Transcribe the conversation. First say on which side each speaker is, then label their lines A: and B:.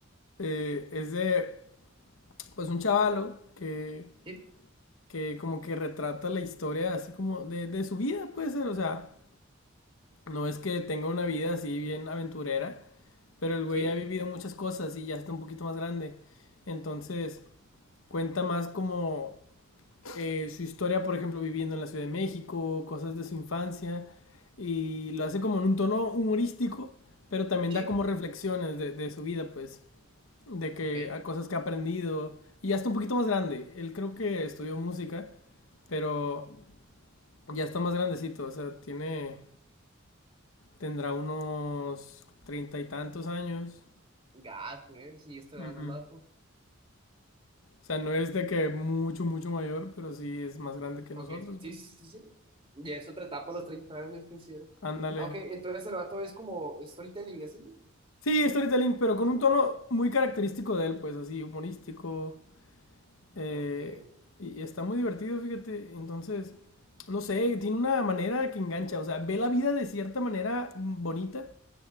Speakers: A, on the left; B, on the right.
A: Eh, es de, pues, un chavalo que,
B: Sí,
A: que como que retrata la historia así como de, de su vida, puede ser, o sea, no es que tenga una vida así bien aventurera, pero el güey
B: sí,
A: ha vivido muchas cosas y ya está un poquito más grande. Entonces, cuenta más como eh, su historia, por ejemplo, viviendo en la Ciudad de México, cosas de su infancia, y lo hace como en un tono humorístico, pero también
B: sí.
A: da como reflexiones de, de su vida, pues, de que
B: Ok.
A: a cosas que ha aprendido, y ya está un poquito más grande, él creo que estudió música, pero ya está más grandecito, o sea, tiene, tendrá unos treinta y tantos años.
B: Gato, eh. Sí, está
A: Ujú.
B: grande el vato.
A: O sea, no es de que mucho, mucho mayor, pero sí es más grande que
B: Ok.
A: nosotros,
B: Sí,
A: pues.
B: sí, sí, sí. Ya es otra etapa a los 30 años, considero.
A: Ándale.
B: Ah, Ok, entonces el vato es como storytelling, así.
A: Sí, storytelling, pero con un tono muy característico de él, pues así, humorístico. eh,
B: Ok, ok.
A: y, y está muy divertido, fíjate. Entonces, no sé, tiene una manera que engancha. O sea, ve la vida de cierta manera bonita